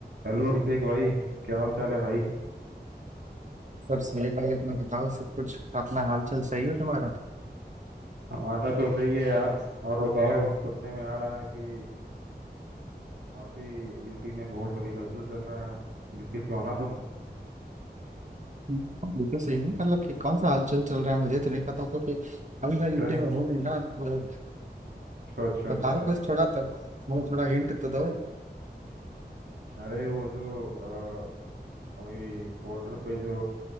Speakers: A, on the right (about 80°); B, on the right (about 45°).
A: Hello अभिषेक भाई क्या हाल चाल है भाई
B: सब सही है भाई अपना बताओ सब कुछ अपना हाल चाल सही हो तुम्हारा
A: हमारा तो सही है यार और बताओ सुनने में आ रहा है कि काफी यूपी में बहुत अभी हलचल चल रहा है यूपी से हो ना तुम
B: हाँ, बिल्कुल सही है मतलब कि कौन सा हाल चाल चल रहा है मुझे तो नहीं पता क्योंकि अभी
A: अरे,
B: मैं यूपी में हूँ नहीं ना तो
A: अच्छा अच्छा अच्छा
B: बताओ
A: अरे
B: कुछ थोड़ा तो वो थोड़ा हिंट तो दो
A: अरे वो जो अ, अभी बॉर्डर पे जो